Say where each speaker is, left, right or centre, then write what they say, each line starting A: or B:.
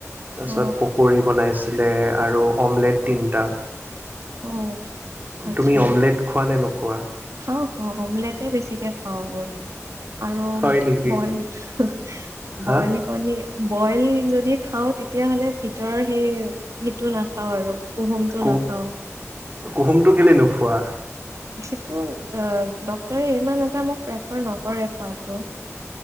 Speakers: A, on the right; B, on the right.
A: তাৰপিছত
B: অ
A: পকৰি বনাইছিলে আৰু অমলেট তিনিটা
B: অ আচ্ছা
A: তুমি অমলেট খোৱা নে নোখোৱা
B: খাওঁ- খাওঁ অমলেটে বেছিকে খাওঁ। হয় আৰু আৰু
A: হয় নেকি
B: বইল-
A: হা
B: বইল কণী বইল যদি খাওঁ তেতিয়াহ'লে ভিতৰৰ সেই- সেইটো নাখাওঁ আৰু কুহুমটো
A: কু
B: নাখাও।
A: কুহুমটো কেলে নোখোৱা
B: সেইটো ডক্তৰ ইমান এটা মোক প্ৰেফাৰ নকৰে খোৱাটো